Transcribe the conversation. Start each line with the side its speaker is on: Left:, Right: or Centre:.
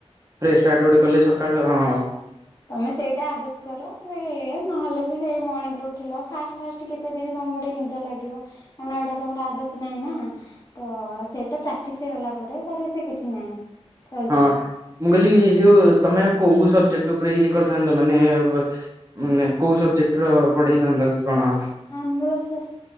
Right: ପ୍ରେ ଷ୍ଟାର୍ଟ ଗୋଟେ କଲେ ସକାଳୁ ହଁ।
Left: ତମେ ସେଇଟା ଆଦତ୍ କର, ସେଇ ଇଏ ନହେଲେ ବି ସେଇ ମଣିଙ୍ଗ୍ ରୁ ଉଠିଲ ଫାଷ୍ଟ ଫାଷ୍ଟ କେତେ ଦିନି ତମୁକୁ ଟିକେ ନିଦ ଲାଗିବ, କାରଣ ଏଇଟା ତମର ଆଦତ୍ ନାଇଁ ନା। ତ ସେଇଟା ପ୍ରାକ୍ଟିସ୍ ହେଇଗଲା ପରେ ତାରେ ସେ କିଛି ନାହିଁ। ଚଳିଯିବ
Right: ହଁ ମୁଁ କଇଲି ଯୋଉ ତମେ କୋଉ ସବଜେକ୍ଟ ଉପରେ ଇଏ କରିଥାନ୍ତ ମାନେ ବ୍ ମାନେ କୋଉ ସବଜେକ୍ଟ ର ପଢେଇଥାନ୍ତ କି କଣ?
Left: ଆମର ସୋସ୍